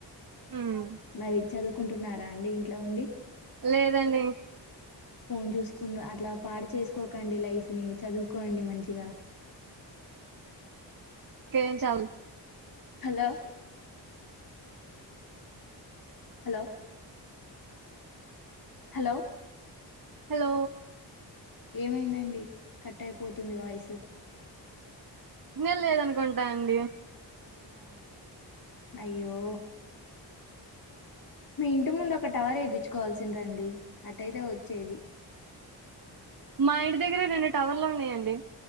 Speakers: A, on the right; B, on the left.
A: హ్మ్.
B: మరి చదువ్ కుంటున్నారా అండి ఇంట్లో ఉండి
A: లేదండి
B: ఫోన్ చూసుకుంూ అట్లా పాడు చేసుకోకండి లైఫ్ ని చదువుకోండి మంచిగా
A: కేం చదువుత్
B: హలో హలో హలో
A: హలో
B: ఏమైందండి కట్ అయిపోతుంది వాయిసు
A: సిగ్నల్ లేదనుకుంటా అండి
B: అవునా అయ్యో మీ ఇంటి ముందు ఒక టవర్ వేయించుకోవాల్సింది అండి అట్టయితే వచ్చేది
A: మా ఇంటి దగ్గర రెండు టవర్లు ఉన్నాయండి